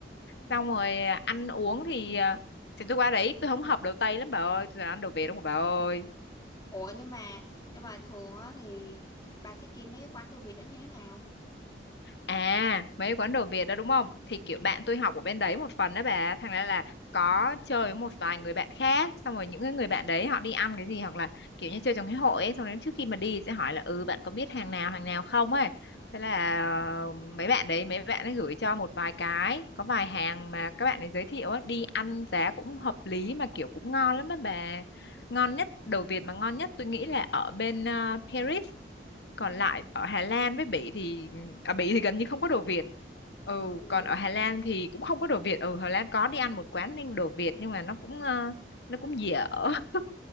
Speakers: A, on the left; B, on the left.
A: xong rồi à, ăn uống thì à, thì tôi qua đấy tôi không hợp đồ Tây lắm bà ơi tôi toàn ăn đồ Việt không bà ơi
B: Ủa nhưng mà nhưng mà thường á thì bà sẽ kiếm mấy cái quán đồ Việt đó như thế nào?
A: À, mấy quán đồ Việt đó đúng không? Thì kiểu bạn tôi học ở bên đấy một phần đó bà, thành ra là có chơi với một vài người bạn khác, xong rồi những cái người bạn đấy họ đi ăn cái gì hoặc là kiểu như chơi trong cái hội ấy, xong đến trước khi mà đi sẽ hỏi là ừ bạn có biết hàng nào hàng nào không ấy. Thế là ờ, mấy bạn đấy mấy bạn ấy gửi cho một vài cái, có vài hàng mà các bạn ấy giới thiệu ấy, đi ăn giá cũng hợp lý mà kiểu cũng ngon lắm á bà. Ngon nhất đồ Việt mà ngon nhất tôi nghĩ là ở bên ờ, Paris còn
B: Ừ.
A: lại ở Hà Lan với Bỉ thì ở Bỉ thì gần như không có đồ Việt ừ
B: Ừ.
A: còn ở Hà Lan thì cũng không có đồ Việt ừ Hà Lan có đi ăn một quán nên đồ Việt nhưng mà nó cũng ờ, nó cũng dở <laughs>